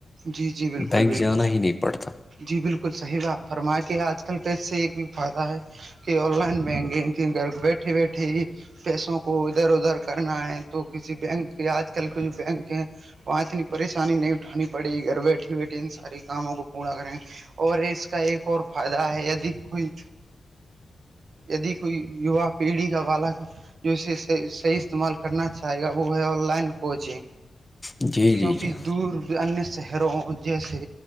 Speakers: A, on the right; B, on the left.
A: جی جی بالکل
B: بینک
A: بالکل
B: جانا ہی نہیں پڑتا
A: جی بالکل صحیح بات فرما کے آج کل کا اس سے ایک بھی فائدہ ہے کہ آن لائن بینکنگ کی گھر بیٹھی بیٹھی ہی پیسوں کو ادھر ادھر کرنا ہے تو کسی بینک آج کل کے بینک ہے وہاں اتنی پریشانی نہیں اٹھانی پڑی گھر بیٹھیے بیٹھیے ان سارے کاموں کو پورا کریں اور اس کا ایک اور فائدہ ہے د کوئی یدی کوئی یوا پیڑھی کا بالا جو اسےحح صحیح استعمال کرنا چاہے گا وہ ہے آن لائن کوچنگ
B: جی
A: کیونکہ
B: جی جی
A: دور بھی انیہ شہروں جیسے